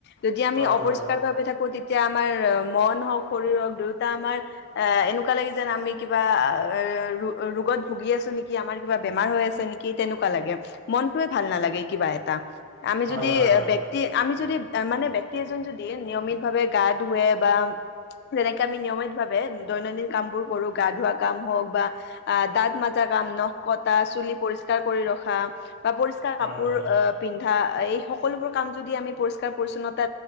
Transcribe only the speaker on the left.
যদি আমি
অপৰিষ্কাৰ
ভাবে থাকো এতিয়া আমাৰ মন হওক শৰীৰ হওক দেউতা আমাৰ এ এনেকুৱা লাগে যেন আমি কিবা এ ৰ ৰোগত ভুগি আছ নেকি আমাৰ কিবা বেমাৰ হৈ আছে নেকি তেনেকুৱা লাগে মনতয়ে ভাল নালাগে <unintelligible> লে কিবা এটাআমি
যদি
ব্যক্তি- <unintelligible> যদি মানে ব্যক্তি এজন যদি নিয়মিত ভাৱে গা ধুৱে বা <unintelligible> যেনেকে আমি নিয়মিত ভাৱে দৈনন্দিন কাম বোৰ কৰো গা ধোৱা কাম হওক <unintelligible> বা দাঁত মাজা কাম নখ কটা চুলি পৰিস্কাৰ কৰি ৰখা বা পৰিষ্কাৰ কাপোৰ
অ পিন্ধা এই সকলোবোৰ কাম যদি আমি পৰিস্কাৰ পৰিচ্ছনতা